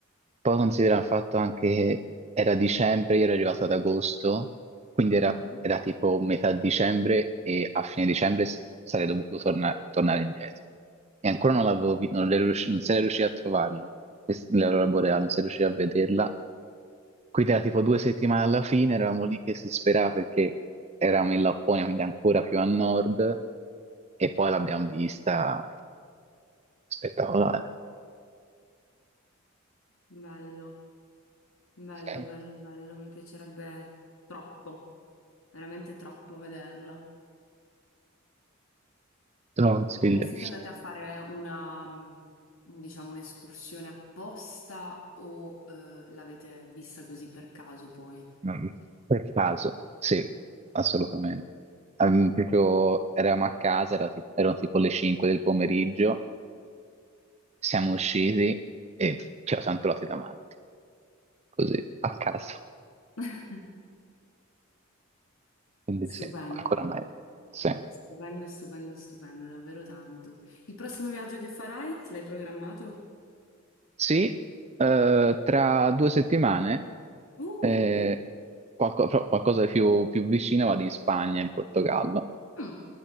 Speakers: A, on the right; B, on the left.
A: poi considera il fatto anche che era dicembre, io ero arrivato ad agosto, quindi era,
B: Mhm.
A: era tipo metà dicembre e a fine dicembre s- sarei dovuto torna- tornare indietro. E ancora non l'avevo vi- non, ero riusci- non sarei riuscito a trovarlo, Quest- l'aurora boreale, non sarei riuscito a vederla Quindi era tipo due settimane alla fine, eravamo lì che si sperava perché eravamo in Lapponia, quindi ancora più a nord, e poi l'abbiamo vista spettacolare.
B: Bello, bello,
A: Te
B: bello, bello, mi piacerebbe troppo, veramente troppo vederla.
A: lo consiglio.
B: Ma voi siete andate a fare una, mh, diciamo, un'escursione apposta o eh, l'avete vista così per caso poi?
A: Mm, Per caso, sì, assolutamente. Ehm, proprio eravamo a casa, era tipo- erano tipo le 5 del pomeriggio, siamo usciti e ci siamo trovati davanti, così, a caso.
B: <laughs>
A: Quindi
B: Stupendo.
A: sì, ancora meglio. Sì.
B: Stupendo, stupendo, stupendo, davvero tanto. Il prossimo viaggio che farai? L'hai programmato?
A: Sì, eh, tra due settimane
B: Uh,
A: eh, qualco- però qualcosa di più, più vicino vado in Spagna, in Portogallo,
B: mm,